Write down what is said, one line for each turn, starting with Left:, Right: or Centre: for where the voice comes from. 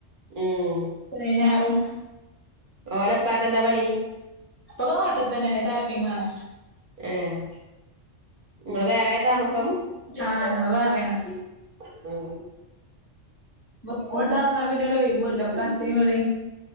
Right: ഉം
Left: ശനിയും ഞായറും
Right: ഓലേ ഉപ്പാക്ക് എന്താ പണി?
Left: ഇപ്പൊ നാട്ട്തന്നെ ടാപ്പിംഗാണ്
Right: ഏഹ് ഇങ്ങള് വേറെയാ താമസം
Left: ആഹ് ഞങ്ങള് വേറെയാണ്
Right: <unintelligible>
Left: ഇപ്പൊ സ്കൂള്ട്ട് വന്നാ പിന്നെ ഒരു ഒയിവൂല്ലാ <unintelligible>